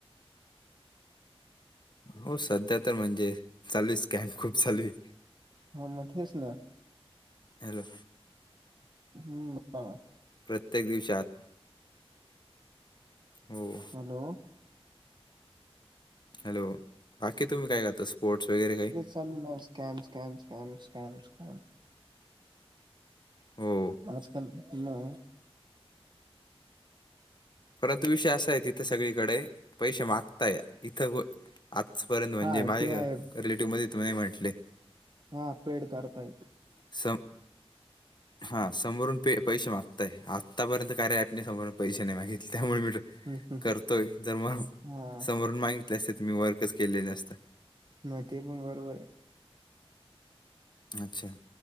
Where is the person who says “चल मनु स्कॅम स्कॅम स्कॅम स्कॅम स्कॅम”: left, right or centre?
Right